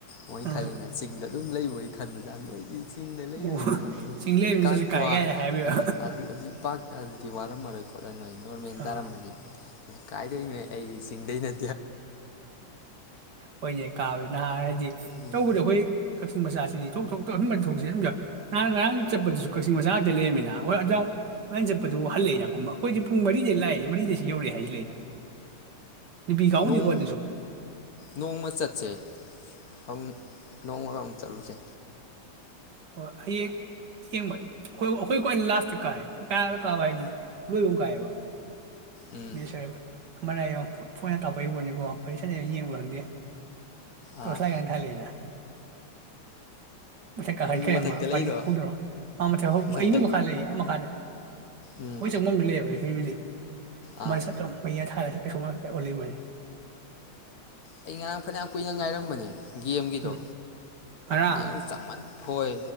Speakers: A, on the left; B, on the right.
A: ꯋꯥ
B: ꯑꯥ
A: ꯈ ꯅ ꯆꯗ ꯑꯗꯨꯝ ꯂꯩꯕꯣꯏ ꯈꯟꯕꯖꯥ ꯅꯣꯏꯒꯤ ꯆꯤꯡꯗ ꯂꯩꯕꯅꯤꯅ
B: ꯑꯣ
A: ꯑꯗꯨꯅ
B: ꯆꯤꯡꯂꯦꯝꯅꯤꯅꯁꯨ
A: ꯀ꯭ꯋꯥ
B: ꯀꯥꯏ ꯀꯥꯏꯗ ꯍꯥꯏꯕꯤꯕ
A: ꯎꯝ ꯑꯗꯨꯗꯤ ꯏꯄꯥꯛ ꯑꯗꯨꯗꯤ ꯋꯥꯔꯝꯃꯔꯣꯏ ꯈꯣꯠꯂ ꯅꯣꯏ ꯅꯣꯔꯃꯦꯜ
B: ꯑꯥ
A: ꯇꯥꯔꯝꯕꯅꯤ ꯑꯩꯅ ꯀꯥꯏꯗꯣꯏ ꯅꯣꯏ ꯑꯩ ꯆꯤꯡꯗꯩ ꯅꯦ
B: ꯍꯣꯏꯅꯦ ꯀꯥꯕ ꯑ
A: ꯎꯝ
B: ꯇꯧꯕꯗꯤ ꯑꯩꯈꯣꯏ ꯀꯛꯆꯤꯡ ꯃꯆꯥꯁꯤꯗꯤꯣꯛꯇ ꯑꯗꯨꯁꯤꯝ ꯅꯍꯥꯟ ꯉꯔꯥꯡ ꯆꯠꯄꯗꯁꯨ ꯀꯛꯤꯡ ꯃꯆꯥ ꯉꯥꯛꯇ ꯂꯩꯔꯃꯤꯅ ꯍꯣꯏ ꯅꯟ ꯆꯄ ꯑꯗꯨ ꯍꯜꯂꯦ ꯀꯨꯝꯕ ꯑꯩꯈꯣꯏꯗꯤ ꯄꯨꯡ ꯃꯔꯤꯗꯩ ꯂꯥꯛꯑꯦ ꯃꯔꯤꯗꯁꯤ ꯌꯧꯔꯛꯦ ꯍꯥꯏꯁꯤ ꯂꯩꯅ ꯕꯤꯈꯥꯎꯅꯤ
A: ꯅꯣꯡ
B: ꯀꯣꯏ
A: ꯅꯣꯡꯃ ꯆꯠꯁꯦ ꯑꯪ ꯅꯣꯡꯃꯔꯝ ꯆꯥꯂꯨꯁꯦ
B: ꯍꯣꯏ ꯍꯌꯦꯡ ꯌꯦꯡꯕ ꯑꯩꯈꯣꯏ ꯑꯩꯈꯣꯏ ꯈꯋꯥ ꯂꯥꯁ ꯀꯥꯏ ꯀꯥ ꯀꯥꯕ ꯍꯥꯏꯗꯤ ꯂꯣꯏꯕ ꯀꯥꯏꯌꯦꯕ
A: ꯎꯝ
B: ꯃꯦꯁꯔꯕ ꯑꯃꯅꯏꯌꯣ ꯐꯣꯟꯅ ꯇꯥꯛꯄꯛꯏꯕꯅꯤꯀꯣ ꯋꯥꯔꯤ ꯁꯅ ꯌꯦꯡꯕ ꯈꯪꯗꯦ ꯇꯣꯁꯂꯥꯢꯠ
A: ꯑꯥ
B: ꯀꯟ ꯊꯥꯟꯂꯩꯅ ꯃꯊꯛ ꯀꯥꯈꯠꯈ꯭ꯔꯦꯃꯥ
A: ꯃꯊꯛꯇ ꯂꯩꯔꯣ
B: ꯋꯥꯔꯤ ꯍꯧꯗꯣꯏꯔꯣ ꯃꯥ ꯃꯊꯛ
A: ꯃꯊꯛꯇ
B: ꯑꯩ ꯃꯤ ꯃꯈꯥ ꯂꯩꯌꯦ ꯑꯃ ꯃꯈꯥꯗ ꯑꯩꯈꯣꯏ
A: ꯎꯝ
B: ꯆꯪꯐꯝꯗꯤ ꯂꯩꯌꯦꯕ ꯑꯩ ꯍ ꯍꯧꯖꯤꯛ ꯑꯃꯠꯈ
A: ꯑꯥ
B: ꯃꯩꯌꯥ ꯊꯥꯔꯦ ꯊꯦ ꯁꯃꯥꯏꯂꯕꯅꯤ
A: ꯑꯩ ꯉꯔꯥꯡ ꯐꯅꯌꯥꯝ ꯀꯨꯏꯅ ꯉꯥꯏꯔꯝꯕꯅꯤ ꯒꯦꯝꯒꯤꯗꯣ
B: ꯎꯝ ꯉꯔꯥꯡ
A: ꯅꯪ ꯆꯪꯃꯟ ꯍꯣꯏ